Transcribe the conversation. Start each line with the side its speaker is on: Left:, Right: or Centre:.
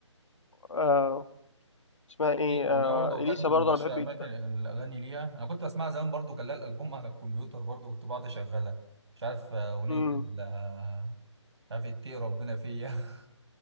Left: آه، اسمها إيه
Right: دي الأغنية
Left: آه،
Right: برضه هو
Left: إليسا
Right: كانت من
Left: برضه
Right: أشهر
Left: أنا بحب
Right: أماكن
Left: إليسا
Right: الأغاني ليها أنا كنت بسمعها زمان برضه كان لها الألبوم على الكمبيوتر برضه كنت بقعد أشغلها مش عارف آه، أغنية
Left: مم.
Right: ال آه، مش عارف إيه ربنا فيا <laughs>